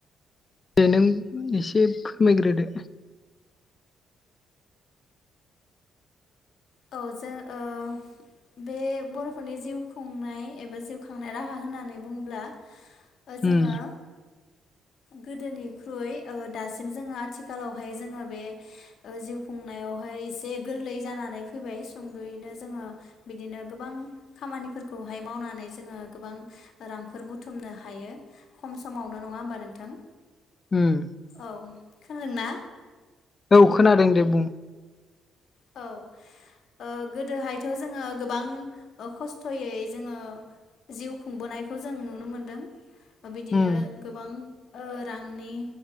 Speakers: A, on the left; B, on the left.
A: दे नों एसे फोरमायग्रोदो
B: औ जों बे बर'फोरनि जिउ खुंनाय एबा जिउ खांनाय राहा होननानै बुङोब्ला जोङो
A: उम
B: गोदोनिख्रुइ दासिम जोङो आथिखालावहाय जोङो बे ओ जिउ खुंनायावहाय एसे गोरलै जानानै फैबाय सुंद'यैनो जोङो बिदिनो गोबां खामानिफोरखौहाय मावनानै जोङो गोबां रांफोर बुथुमनो हायो खम समावनो नङा होमबा नोंथां
A: उम
B: औ खोनादोंना
A: औ खोनादों दे बुं
B: औ गोदोहायथ' जोङो गोबां खस्थ'यै जोङो जिउ खुंबोनायखौ जों नुनो मोनदों बिदिनो
A: उम
B: गोबां रांनि